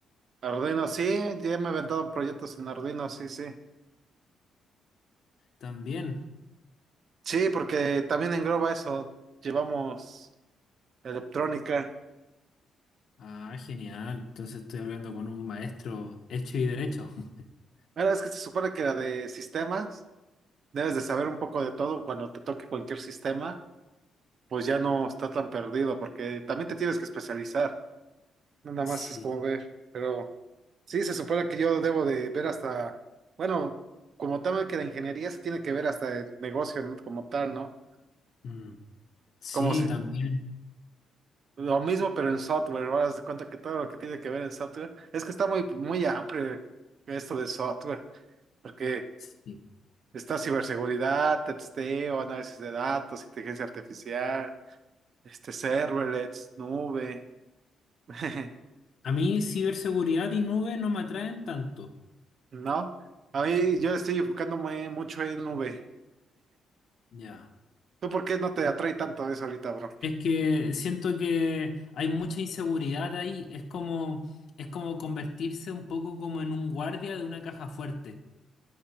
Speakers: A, on the right; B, on the left.
A: Arduino, sí, ya me he aventado proyectos en Arduino, sí, sí.
B: También.
A: Sí, porque también engloba eso, llevamos electrónica.
B: Ah, genial. Entonces estoy hablando con un maestro hecho y derecho. <laughs>
A: Mira, es que se supone que la de sistemas, debes de saber un poco de todo cuando te toque cualquier sistema, pues ya no está tan perdido, porque también te tienes que especializar. no, Nada
B: Sí,
A: más es como ver, pero sí, se supone que yo debo de ver hasta, bueno, como tal que la ingeniería se tiene que ver hasta el negocio, ¿no? Como tal, ¿no?
B: mm, sí,
A: Como si,
B: también.
A: lo mismo, pero en software, ahora haz de cuenta que todo lo que tiene que ver en software, es que está muy, muy amplio esto de software, porque
B: sí.
A: está ciberseguridad, testeo, análisis de datos, inteligencia artificial, este, serverless, nube, <laughs>
B: A mí ciberseguridad y nube no me atraen tanto.
A: ¿no? A mí
B: Mm,
A: yo estoy enfocándome mucho en nube.
B: Ya.
A: ¿Tú por qué no te atrae tanto eso ahorita, bro?
B: Es que siento que hay mucha inseguridad ahí. Es como, es como convertirse un poco como en un guardia de una caja fuerte.